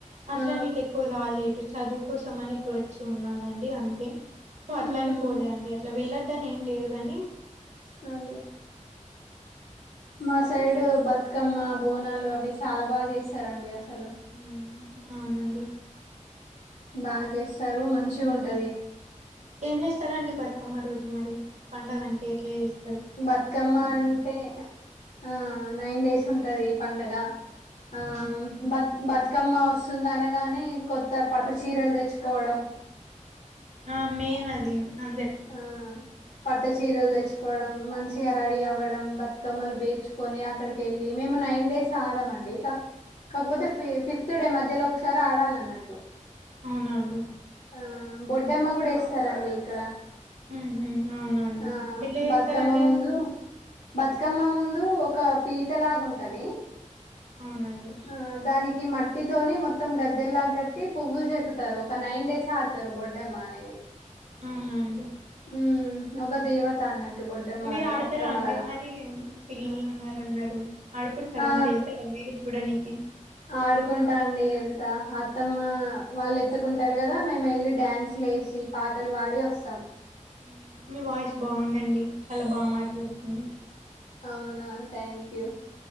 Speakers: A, on the right (about 60°); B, on the left (about 65°).
A: అట్లా
B: ఆ
A: అని ఇటు ఎక్కువ రాలేదు చదువు కోసం అని ఇప్పుడు వచ్చి ఉన్నానండి అంతే సో అట్లానే
B: ఉమ్
A: పోలే అండి అట్లా వెళ్లొద్దని ఏం లేదు కాని
B: అదే మా సైడ్ బతుకమ్మ బోనాలు అవి చాలా బాగా చేస్తారండి అస హలో
A: మ్మ్ అవునండి
B: బాగా చేస్తారు మంచిగా ఉంటాది
A: ఏం చేస్తారండి బతుకమ్మ రోజు మరి పండగంటే ఎట్లా చేస్
B: బతుకమ్మ అంటే ఆ నైన్ డేస్ ఉంటాది ఇ పండగ ఆ
A: అవునండి
B: బక్ బక్ బతుకమ్మ వస్తుంది అనగానే కొత్త పట్టు చీరలు తెచ్చుకోవడం
A: ఆ మైన్ అది అందర్
B: ఆ పట్టుచీరలు తెచ్చుకోవడం మంచిగా రెడీ అవ్వడం బతుకమ్మలు బేర్చుకొని అక్కడికి వెళ్ళి మేము నైన్ డేస్ ఆడమండి కాక కాకపోతే ఫి ఫిఫ్త్ డే మధ్యలో ఒకసారి ఆడాల అన్నట్టు
A: అవునండి
B: ఆ బొడ్డమ్మ కూడా ఇస్తారండి ఇక్కడ
A: ఉహు అవునండి
B: ఆ
A: ఎట్లా చేస్తారండి
B: బతుకమ్మ ముందు
A: అది
B: బతుకమ్మ ముందు ఒక పీట లాగా ఉంటాది
A: అవునండి
B: ఆ దానికి మట్ మట్టితోని మొత్తం గద్దెల్లాగ గట్టి పువ్వులు చెక్కుతారు ఒక నైన్ డేస్ ఆడతారు బొడ్డెమ్మ అనేది
A: అవున అండి
B: ఉమ్ ఒక దేవత అన్నట్టు బొడ్డెమ్మ
A: మీరు
B: అంటే
A: ఆడతారా
B: బతుకమ్మలాగా
A: అండి మరి పిల్లలు ఉన్నారన్నారు ఆడుకుంటారా
B: ఆ
A: మరి వెళ్తారండి మీరు చూడానికి
B: ఆడుకుంటా అండి అ అత్తమ్మ వాళ్ళు ఎత్తుకుంటారు కదా మేము వెళ్ళి డ్యాన్స్లు వేసి పాటలు పాడి వస్ సం
A: ఉమ్ మీ వాయిస్ బాగుందండి చాలా బాగా మాట్లాడుతున్నారు
B: అవునా థ్యాంక్ యూ